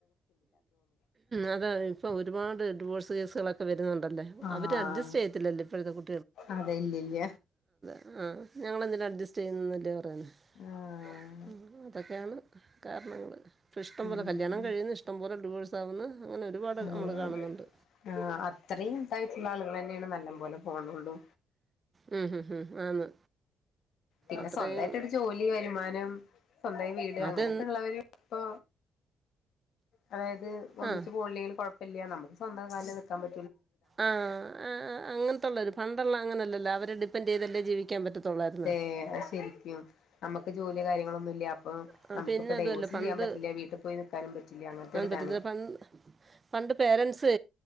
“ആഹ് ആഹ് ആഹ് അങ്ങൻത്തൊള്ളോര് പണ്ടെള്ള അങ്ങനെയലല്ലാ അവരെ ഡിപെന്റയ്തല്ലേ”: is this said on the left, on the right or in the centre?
Right